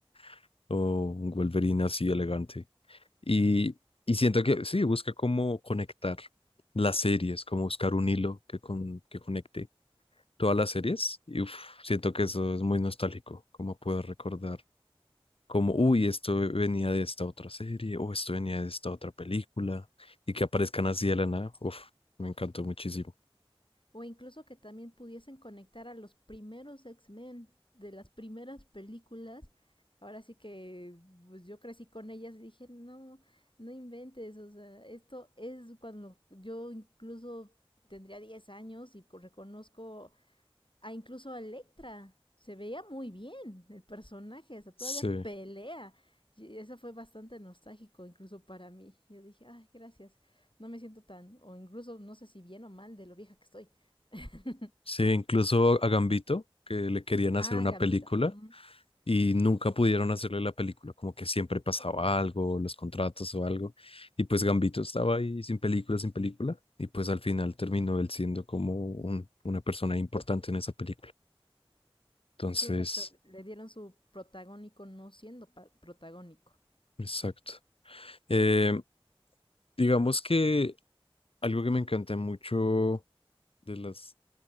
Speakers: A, on the left (about 70°); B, on the left (about 60°).
A: <laughs> o un Wolverine así elegante. Y, y siento que sí, busca cómo conectar las series, como buscar un hilo que, con, que conecte todas las series. Y uf, siento que eso es muy nostálgico, como poder recordar como, uy, esto venía de esta otra serie, o esto venía de esta otra película, y que aparezcan así de la nada, uf, me encantó muchísimo.
B: O incluso que también pudiesen conectar a los primeros X-Men de las primeras películas. Ahora sí que pues yo crecí con ellas y dije, no, no inventes, o sea, esto es cuando yo incluso tendría 10 años y co- reconozco a incluso a Electra. Se veía muy bien el personaje, hasta todavía
A: Sí,
B: pelea. Y eso fue bastante nostálgico incluso para mí. Yo dije, ay, gracias. No me siento tan, o incluso no sé si bien o mal de lo vieja que estoy. <laughs>
A: sí, incluso a Gambito, que le querían
B: ah,
A: hacer una
B: Gambito.
A: película
B: ajá.
A: y nunca pudieron hacerle la película, como que siempre pasaba algo, los contratos o algo, y pues Gambito estaba ahí sin película, sin película, y pues al final terminó él siendo como un- una persona importante en esa película. Entonces,
B: Sí, exacto. Le dieron su protagónico no siendo pa- protagónico.
A: exacto. Eh, digamos que Algo que me encanta mucho de las